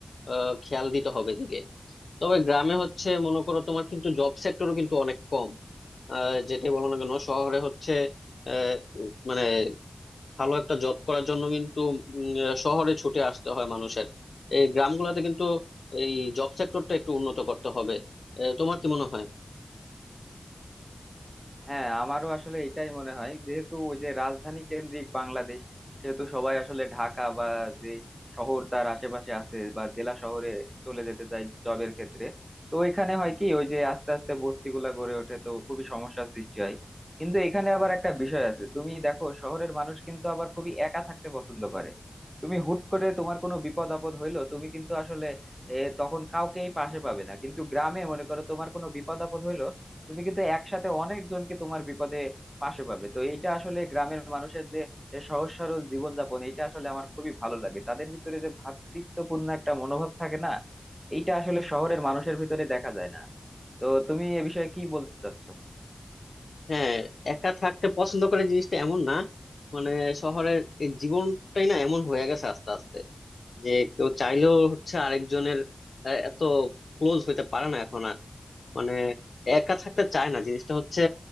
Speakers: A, on the left; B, on the right.
A: আহ, খেয়াল দিতে হবে এদিকে তবে গ্রামে হচ্ছে মনে করো তোমার কিন্তু জব সেক্টরও কিন্তু অনেক কম আহ, যেটাই বলো না কেন শহরে হচ্ছে আহ, উম, মানে ভালো একটা জব করার জন্য কিন্তু উম, আহ, শহরে ছুটে আসতে হয় মানুষের এই গ্রামগুলোতে কিন্তু এই জব সেক্টরটা একটু উন্নত করতে হবে আহ, তোমার কি মনে হয়
B: হ্যাঁ আমারও আসলে এটাই মনে হয় যেহেতু ওই যে রাজধানী কেন্দ্রিক বাংলাদেশ সেহেতু সবাই আসলে ঢাকা বা যে শহর তার আশেপাশে আছে বা জেলা শহরে চলে যেতে চায় জবের ক্ষেত্রে তো এখানে হয় কি ওই যে আস্তে আস্তে বস্তিগুলা গড়ে ওঠে তো খুবই সমস্যার সৃষ্টি হয় কিন্তু এখানে আবার একটা বিষয় আছে তুমি দেখো শহরের মানুষ কিন্তু আবার খুবই একা থাকতে পছন্দ করে তুমি হুট করে তোমার কোনো বিপদ আপদ হইলো তুমি কিন্তু আসলে এ, তখন কাউকেই পাশে পাবে না কিন্তু গ্রামে মনে করো তোমার কোনো বিপদ আপদ হইলো তুমি কিন্তু একসাথে অনেকজনকে তোমার বিপদে পাশে পাবে তো এইটা আসলে গ্রামের মানুষের যে যে সহজ সরল জীবনযাপন এটা আসলে আমার খুবই ভালো লাগে তাদের ভিতরে যে ভ্রাতৃত্বপূর্ণ একটা মনোভাব থাকে না এইটা আসলে শহরের মানুষের ভিতরে দেখা যায় না তো তুমি এ বিষয়ে কি বলতে চাচ্ছো
A: হ্যাঁ একা থাকতে পছন্দ করে জিনিসটা এমন না মানে শহরের এই জীবনটাই না এমন হয়ে গেছে আস্তে আস্তে যে কেউ চাইলেও হচ্ছে আরেকজনের আহ, এত ক্লোজ হইতে পারে না এখন আর মানে একা থাকতে চায় না জিনিসটা হচ্ছে